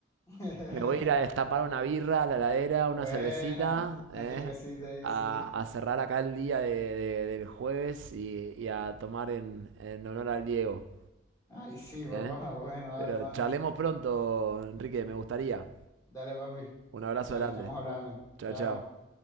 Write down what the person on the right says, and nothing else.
me voy a ir a destapar una birra a la heladera, una
cervecita,
¿eh?
a,
a cerrar acá el día de- de- del jueves y, y a tomar en, en honor al Diego.
¿eh?
Pero
charlemos pronto, Enrique, me gustaría.
Un abrazo
grande.
Chao,
chao.